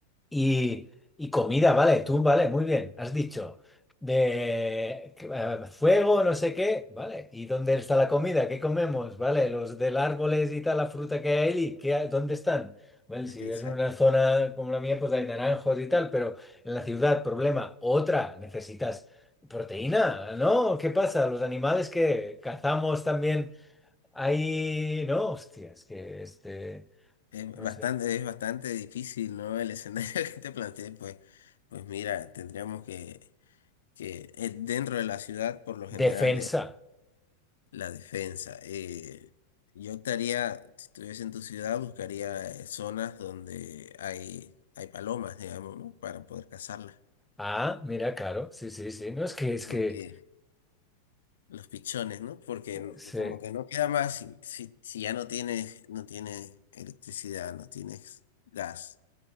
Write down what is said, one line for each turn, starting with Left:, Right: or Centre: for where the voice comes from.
Centre: Y, y comida, vale, tú, vale, muy bien, has dicho. De que, eh, fuego, no sé qué, vale. ¿Y dónde está la comida? ¿Qué comemos? Vale, los del árboles y tal, la fruta que hay ahí, ¿qué, hay- dónde están? Vale, si
Left: exacto.
Centre: es una zona como la mía, pues hay naranjos y tal, pero en la ciudad, problema, otra, necesitas proteína, ¿no? ¿Qué pasa? Los animales que cazamos también, hay, no, hostias, que este,
Left: Es
Centre: no
Left: bastante,
Centre: sé,
Left: es bastante difícil, ¿no? El escenario <laughs> que te planteé, pues, pues mira, tendríamos que, que eh, dentro de la ciudad, por lo general,
Centre: defensa.
Left: La defensa. eh, yo estaría, si estuviese en tu ciudad, buscaría eh, zonas donde hay, hay palomas, digamos, ¿no? Para poder cazarlas.
Centre: Ah, mira, claro, sí, sí, sí. No, es que, es
Left: Porque
Centre: que,
Left: los pichones, ¿no? Porque n-
Centre: sí.
Left: como que no queda más si, si, si ya no tienes, no tienes electricidad, no tienes gas,